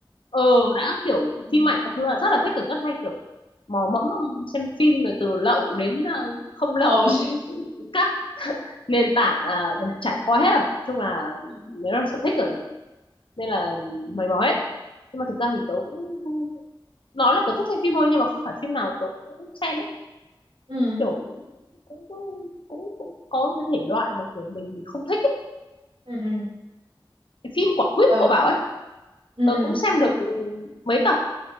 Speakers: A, on the left (about 75°); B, on the right (about 85°).
A: ờ đã kiểu
B: ừ.
A: phim ảnh các thứ là rất là thích kiểu rất hay kiểu mò mẫm xem phim rồi từ lậu đến ờ, không lậu
B: Ồ.
A: thì cũng các <laughs> nền tảng là trải qua hết rồi nói chung là
B: <laughs>
A: nếu là sở thích rồi mà. nên là
B: ừ
A: mày mò hết nhưng mà thực ra thì tớ cũng nói là tớ thích xem phim thôi nhưng mà không phải phim nào tớ cũng xem ấy
B: ừ
A: kiểu cũng cũng cũng, cũng có cái thể loại mà kiểu mình, mình không thích ấy.
B: ừ
A: Cái phim Quả Quýt
B: ừ
A: cậu bảo ấy
B: ừ
A: tớ
B: ừ ừ
A: cũng xem được ừ, mấy tập